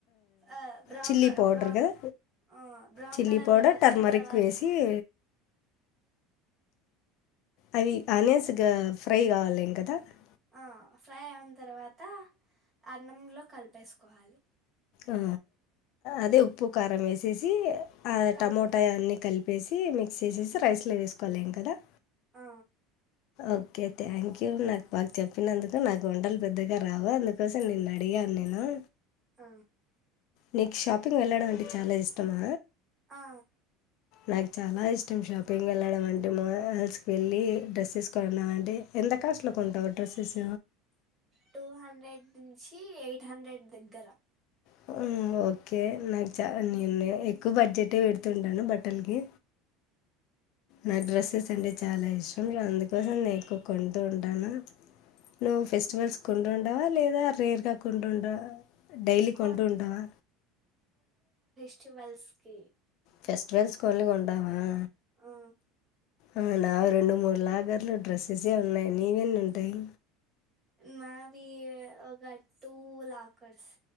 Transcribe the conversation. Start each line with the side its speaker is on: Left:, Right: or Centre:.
Right: ఆ బ్రౌన్
Left: చిల్లీ పౌడర్
Right: బ్రౌన్
Left: కదా
Right: ఆ బ్రౌన్
Left: చిల్లీ
Right: కలర్
Left: పౌడర్
Right: లోకి వచ్చిన
Left: టర్మరిక్
Right: తర్వాత
Left: వేసి <unintelligible> అవి అనేస్గా ఫ్రై కావాలి గదా <unintelligible>
Right: ఆ ఫ్రై ఐన తర్వాత అన్నంలో కలిపేసుకోవాలి
Left: ఆ అదే ఉప్పు కారం వేసి చేసి <unintelligible> ఆ
Right: కలిపి
Left: టమోటా అన్ని కలిపేసి తీ మిక్స్ చేసేసి రైస్లో వేసుకోవాలింక ఎదా <unintelligible>
Right: ఆ
Left: ఓకే థ్యాంక్ ్య నాకు బకు చెప్పినందుకు నాకు వంటలు పెద్దగా రావు అందుకోసం నేన్న అడిగాను నేను <unintelligible>
Right: అ
Left: నీకు షాపింగ్ వెళ్ళడం అంటే చాలా ఇష్టమా
Right: ఆ
Left: నాకు చాలా ఇష్టం షాపింగ్ వెళ్ళడం అంటే మాల్స్ వెళ్ళి డ్రెస్సెస్ కొన్నామంటే ఎంత కాస్ట్లో కొంటావు డ్రెస్సెస్
Right: టూ హండ్రెడ్ నుంచి ఎయిట్ హండ్రెడ్ దగ్గర
Left: హ్మ్ ఓకే నాకు చ నేను ఎక్కువ బడ్జెటే పెడుతుంటాను బట్టలకి నాకు డ్రెస్సెస్ అంటే చాలా ఇష్టం అందుకోసం నే ఎక్కు కొన్ ఉండను నువ్వు ఫెస్టివల్స్ కొంట ఉంటవా లేదా రేర్గా కొంట ఉంట డైలీ
Right: కొన్
Left: కొంట ఉంటవా
Right: చ్చవల్స్కి
Left: ఫెస్టివల్స్ కొడ్ని కొంటావా
Right: ఆ
Left: ఆ నా రెండు మూడు లాకర్లు డ్రెస్సెసే ఉన్నాయి నీవెన్నీ ఉంటాయి
Right: మావి ఒక టూ లాకర్స్